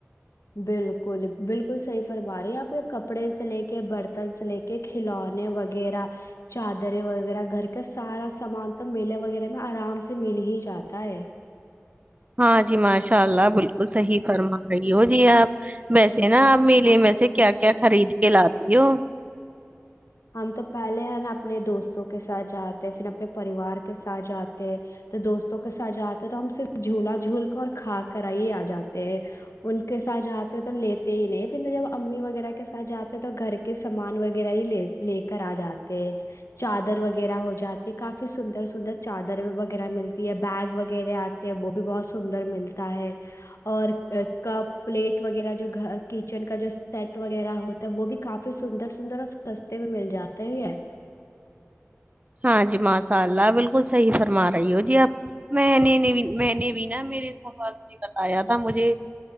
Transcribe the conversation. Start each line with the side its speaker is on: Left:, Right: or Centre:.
Left: بالکل بالکل صحیح فرما رہی آپ کو کپڑے سے لے کے برتن سے لے کے کھلونے وغیرہ چادریں وغیرہ گھر کے سارا سامان تو میلے وغیرہ میں آرام سے مل ہی جاتا ہے
Right: ہاں جی ماشاء اللہ بالکل صحیح فرما رہی ہو جی آپ ویسے نا آپ میلیے
Left: ہاں
Right: میں سے کیا کیا خریدی کلاتی ہو
Left: ہم تو پہلے ہے نا اپنے دوستوں کے ساتھ جاتے پھر اپنے پریوار کے ساتھ جاتے تو دوستوں کے ساتھ جاتے تو ہم صرف جھولا جھول کر اور کھا کرا ہی آ جاتے ہیں ان کے ساتھ جاتے ہیں تو لیتے ہی نہیں پھر جب امی وغیرہ کے ساتھ جاتے ہیں تو گھر کے سامان وغیرہ ہی لیتے لے کر آ جاتے ہیں چادر وغیرہ ہو جاتی ہے کافی سندر سندر چادر وغیرہ ملتی ہے بیگ وغیرہ آتے ہیں وہ بھی بہت سندر ملتا ہے اور کپ پلیٹ وغیرہ جو گ کچن کا جو سیٹ وغیرہ ہوتا ہے وہ بھی کافی سندر سندر اور س میں مل جاتے ہے
Right: ہاں جی ماشاء اللہ بالکل صحیح فرما رہی ہو جی اپ میں نے میں نے بھی نا میرے سور سے بتایا تھا مجھے